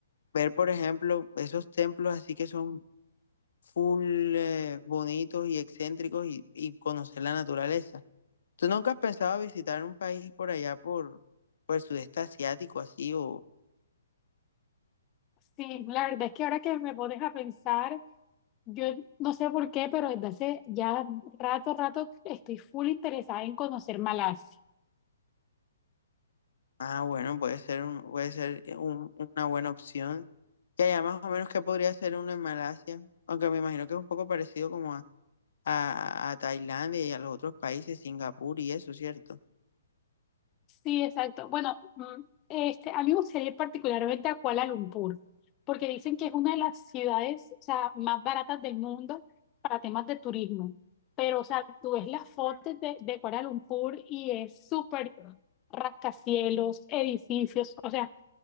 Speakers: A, on the left (about 65°); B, on the left (about 25°).
A: ver, por ejemplo, esos templos así que son full eh, bonitos y excéntricos y, y conocer la naturaleza. ¿Tú nunca has pensado visitar un país por allá, por, por el sudeste asiático, así? O,
B: Sí, la verdad es que ahora que me pones a pensar, Yo no sé por qué, pero desde hace ya rato, rato estoy full interesada en conocer Malasia.
A: ah, bueno, puede ser, un- puede ser eh, un- una buena opción. Ya, ya más o menos que podría ser uno en Malasia, aunque me imagino que es un poco parecido como a, a, a Tailandia y a los otros países, Singapur y eso, ¿cierto?
B: Sí, exacto. Bueno, mm, este, a mí me gustaría ir particularmente a Kuala Lumpur, porque dicen que es una de las ciudades, o sea, más baratas del mundo para temas de turismo. Pero, o sea, tú ves las fotos de, de Kuala Lumpur y es súper rascacielos, edificios, o sea,